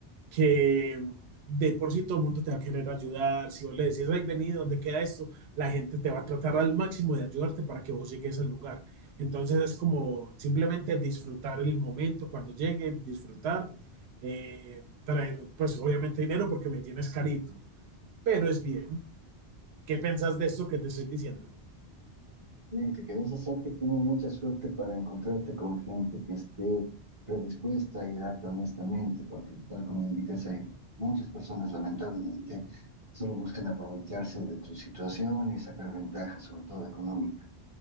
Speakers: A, on the right (about 70°); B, on the right (about 35°).
A: que de por sí todo el mundo te va a querer ayudar. Si vos le decís, ay, vení, ¿dónde queda esto? La gente te va a tratar al máximo de ayudarte para que vos llegues al lugar. Entonces es como simplemente disfrutar el momento cuando llegue, disfrutar, eh, traer, pues obviamente dinero porque me es carito, pero es bien. ¿Qué pensás de esto que te estoy diciendo?
B: Fíjate que a veces hay que tener mucha suerte para encontrarte con gente que esté predispuesta a ayudarte honestamente, porque tal como indicas, hay muchas personas lamentablemente que solo buscan aprovecharse de tu situación y sacar ventaja, sobre todo económica,